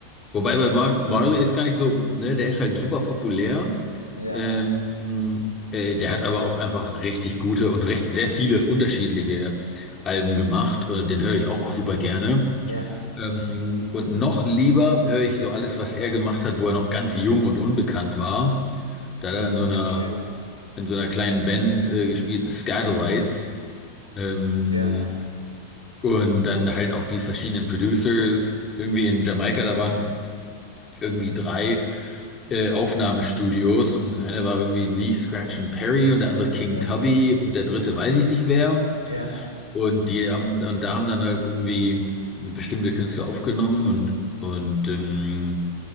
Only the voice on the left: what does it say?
wobei bei Mar Marley ist gar nicht so, ne, der ist halt super populär.
Ähm, äh, der hat aber auch einfach richtig gute und recht, sehr viele unterschiedliche Alben gemacht. Und den höre ich auch super gerne.
Ähm, und noch lieber höre ich so alles, was er gemacht hat, wo er noch ganz jung und unbekannt war. Da hat
er in so einer,
in so einer kleinen Band äh, gespielt, The Scatolites. Ähm,
und dann halt auch die verschiedenen Producers. Irgendwie in Jamaika, da waren irgendwie drei äh, Aufnahmestudios. Und das eine war irgendwie Lee Scratch and Perry und der andere King
Tubby und der dritte weiß ich nicht wer.
Und die haben, und da haben dann halt irgendwie bestimmte Künstler aufgenommen und, und ähm,